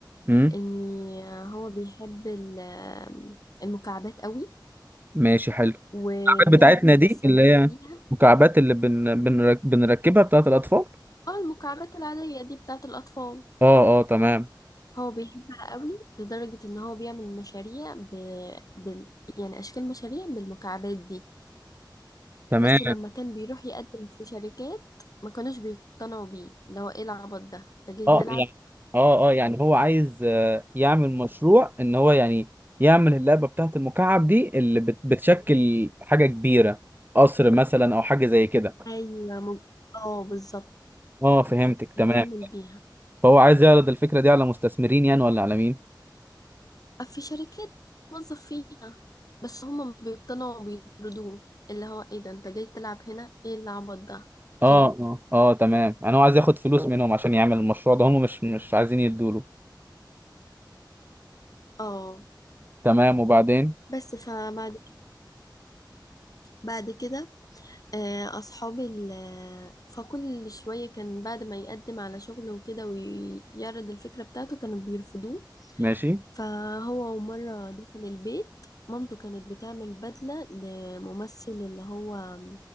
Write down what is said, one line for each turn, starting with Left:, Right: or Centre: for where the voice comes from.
Right: امم
Left: إن هو بيحب ال- المكعبات قوي
Right: ماشي حلو
Left: وبيعمل
Right: بتاعتنا
Left: مجسمات
Right: دي اللي هي
Left: بيها
Right: مكعبات اللي بن... بنرك... بنركبها بتاعت الأطفال
Left: اه المكعبات العادية دي بتاعة الأطفال
Right: اه اه تمام
Left: هو بيحبها قوي لدرجة ان هو بيعمل مشاريع ب... بال... يعني أشكال مشاريع بالمكعبات دي
Right: تمام
Left: بس لما كان بيروح يقدم في شركات ما كانوش بيقتنعوا بيه اللي هو ايه العبط ده انت جاي
Right: اه
Left: تلعب
Right: يعني اه اه يعني هو عايز آه، يعمل مشروع ان هو يعني يعمل اللعبة بتاعت المكعب دي اللي بت... بتشكل حاجة كبيرة قصر مثلا او حاجة زي كده
Left: ايوه م... اه بالظبط
Right: اه فهمتك تمام
Left: بيعمل بيها
Right: فهو عايز يعرض الفكرة دي على مستثمرين يعني ولا على مين
Left: آه، في شركات موظف فيها بس هم مش بيقتنعوا بيطردوه اللي هو ايه ده انت جاي تلعب هنا ايه العبط ده
Right: اه
Left: كده
Right: اه اه تمام يعني هو عايز ياخد فلوس منهم عشان يعمل المشروع ده هم مش مش عايزين يدوله
Left: اه
Right: تمام وبعدين
Left: بس فبعد بعد كده آه، أصحابي ال- آه، فكل شوية كان بعد ما يقدم على شغل وكده ويعرض الفكرة بتاعته كانوا بيرفضوه
Right: ماشي
Left: فهو مرة دخل البيت مامته كانت بتعمل بدلة لممثل اللي هو